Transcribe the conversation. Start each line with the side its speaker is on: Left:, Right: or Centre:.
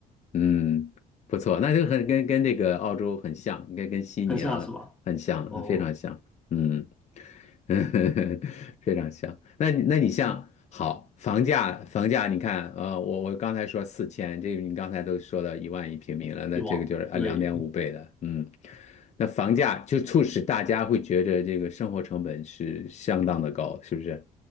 Left: 嗯，不错，那就很跟跟这个澳洲很像，跟跟悉尼啊很像，
Centre: 很像是吧？哦，
Left: 非常像，嗯，<laughs> 非常像。那你那你像好房价，
Centre: 嗯，
Left: 房价你看，呃，我我刚才说四千，这你刚才都说到一万一平米了，那这个就是呃两点五倍的，
Centre: 对吧？对，
Left: 嗯，那房价就促使大家会觉得这个生活成本是相当的高，是不是？